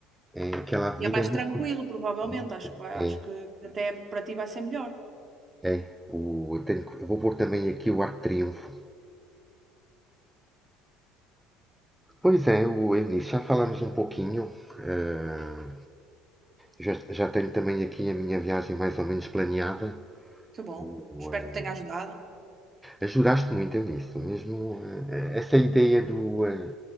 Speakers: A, in the centre; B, on the right (about 35°).
A: É, aquela avenida
B: E é mais
A: é muito,
B: tranquilo,
A: co-
B: provavelmente.
A: muito
B: Acho
A: co-
B: que vai, acho
A: é,
B: que até para ti vai ser melhor.
A: é, o, eu, tenho que- eu vou pôr também aqui o Arco de Triunfo. Pois é, o Eunice, já falámos um pouquinho. eh, já, já tenho também aqui a minha viagem mais ou menos planeada.
B: Que bom.
A: O,
B: Espero
A: eh,
B: que tenha ajudado.
A: ajudaste muito, Eunice. Mesmo, eh, essa ideia do, eh,